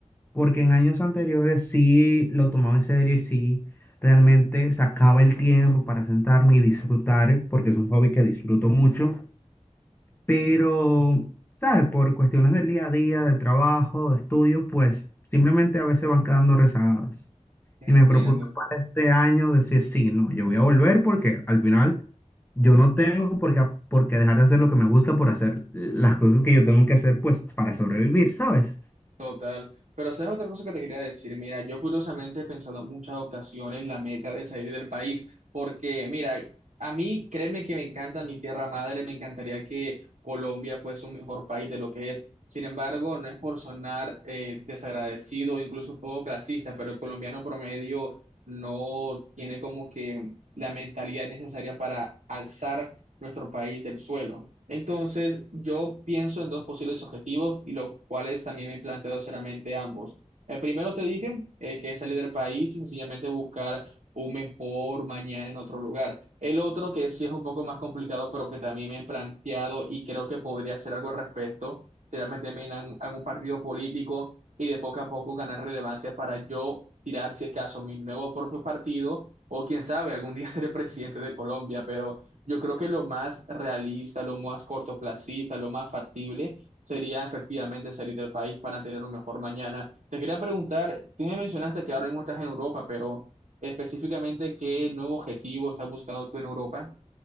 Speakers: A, on the left; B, on the right.
A: porque en años anteriores sí lo tomaba en serio y sí realmente sacaba el tiempo para sentarme y disfrutar, porque es un hobby que disfruto mucho pero, ¿sabes? Por cuestiones del día a día, de trabajo, de estudio, pues simplemente a veces van quedando rezagadas.
B: Entiendo.
A: Y me propuse para este año decir, sí, no, yo voy a volver porque al final yo no tengo por qué, por qué dejar de hacer lo que me gusta por hacer las cosas que yo tengo que hacer, pues para sobrevivir, ¿sabes?
B: Total. Pero sabes otra cosa que te quería decir. Mira, yo curiosamente he pensado en muchas ocasiones la meta de salir del país, porque mira, a mí créeme que me encanta mi tierra madre, me encantaría que Colombia fuese un mejor país de lo que es. Sin embargo, no es por sonar eh, desagradecido o incluso un poco clasista, pero el colombiano promedio no tiene como que la mentalidad necesaria para alzar nuestro país del suelo. Entonces, yo pienso en dos posibles objetivos y los cuales también me he planteado seriamente ambos. El primero te dije eh, que es salir del país y sencillamente buscar un mejor mañana en otro lugar. El otro, que sí es un poco más complicado, pero que también me he planteado y creo que podría hacer algo al respecto, sería meterme en algún algún partido político y de poco a poco ganar relevancia para yo tirar, si es caso, mi nuevo propio partido o quién sabe, algún día <laughs> seré presidente de Colombia, pero... Yo creo que lo más realista, lo más cortoplacista, lo más factible sería efectivamente salir del país para tener un mejor mañana. Te quería preguntar, tú me mencionaste que ahora mismo estás en Europa, pero específicamente, ¿qué nuevo objetivo estás buscando tú en Europa?